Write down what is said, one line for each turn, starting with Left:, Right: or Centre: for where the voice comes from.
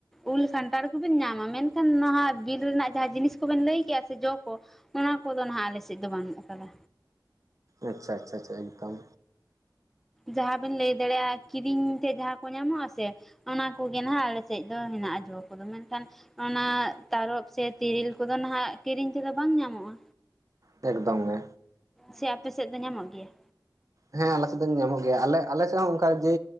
Centre: ᱩᱞ ᱠᱷᱟᱱᱴᱟᱲ ᱠᱚᱵᱮᱱ ᱧᱟᱢᱟ, ᱢᱮᱱᱠᱷᱟᱱ ᱱᱚᱣᱟ ᱵᱤᱨ ᱨᱮᱱᱟᱜ ᱡᱟᱦᱟᱸ ᱡᱤᱱᱤᱥ ᱠᱚᱵᱮᱱ ᱞᱟᱹᱭ ᱠᱭᱟ ᱥᱮ ᱡᱚ ᱠᱚ ᱚᱱᱟ ᱠᱚᱫᱚ ᱱᱟᱜ ᱟᱞᱮᱥᱮᱫ ᱫᱚ ᱵᱟᱹᱱᱩᱜ ᱟᱠᱟᱫᱟ᱾
Right: ᱟᱪᱪᱷᱟ ᱟᱪᱪᱷᱟ ᱟᱪᱪᱷᱟ ᱮᱠᱫᱚᱢ᱾
Centre: ᱡᱟᱦᱟᱸᱵᱤᱱ ᱞᱟᱹᱭ ᱫᱟᱲᱮᱭᱟᱜᱼᱟ ᱠᱤᱨᱤᱧ ᱛᱮ ᱡᱟᱦᱟᱸ ᱠᱚ ᱧᱟᱢᱚᱜ ᱟᱥᱮ ᱚᱱᱟ ᱠᱚᱜᱮ ᱱᱟᱦᱟᱜ ᱟᱞᱮ ᱥᱮᱡ ᱫᱚ ᱦᱮᱱᱟᱜᱼᱟ ᱡᱚ ᱠᱚᱫᱚ ᱢᱮᱱᱠᱷᱟᱱ ᱚᱱᱟ ᱛᱟᱨᱚᱯ ᱥᱮ ᱛᱤᱨᱤᱞ ᱠᱚᱫᱚ ᱱᱟᱦᱟᱜ ᱠᱤᱨᱤᱧ ᱛᱮᱫᱚ ᱵᱟᱝ ᱧᱟᱢᱚᱜᱼᱟ᱾
Right: ᱮᱠᱫᱚᱢ ᱜᱮ᱾
Centre: ᱥᱮ ᱟᱯᱮ ᱥᱮᱫ ᱫᱚ ᱧᱟᱢᱚᱜ ᱜᱮᱭᱟ?
Right: ᱦᱮᱸ ᱟᱞᱮ ᱥᱮᱫ ᱫᱚ ᱧᱟᱢᱚᱜ ᱜᱮᱭᱟ ᱟᱞᱮ ᱟᱞᱮ ᱥᱮᱫ ᱦᱚᱸ ᱚᱝᱠᱟ ᱡᱮ